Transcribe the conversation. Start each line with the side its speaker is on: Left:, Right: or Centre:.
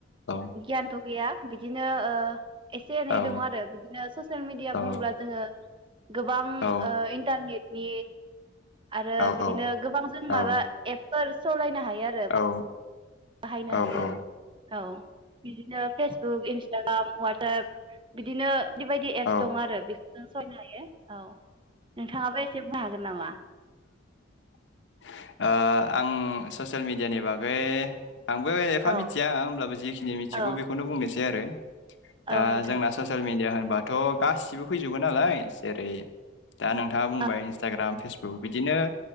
Left: औ
Right: गियानथ गैया बिदिनो ओ एसे एनै
Left: औ
Right: दङ आरो बिदिनो ससियेल मिडिया
Left: औ
Right: बुङोब्ला जोङो गोबां
Left: औ
Right: इन्टारनेट बे आरो बिद
Left: औ
Right: बिदिनो गोबां जों माबा
Left: औ
Right: एफ फोर सलायनो हायो हायो आरो
Left: औ
Right: बाहायनो
Left: औ
Right: हायो
Left: औ
Right: औ बिदिनो फेसबुक इनस ताग्राम वाटसाप बिदिनो बेबादि एप्स
Left: औ
Right: दं आरो बे जों सहायनो हायो औ नोंथाङाबो एसे बुं हागोन नामा
Left: ओ आं ससियेल मेडियानि बागै आंबो एफा
Right: औ
Left: मिथिया होमब्लाबो जिखिनि मिथिगौ
Right: औ
Left: बेखौनो बुंनोसै दे आरो
Right: औ
Left: दा
Right: नोंथां
Left: जोंना ससियेल मिडिया होन होनबाथ' गासिबो फैजोबगोन नालाय जेरै दा नोंथाङा बुंबाय
Right: औ
Left: इसटाग्राम फेसबुक बिदिनो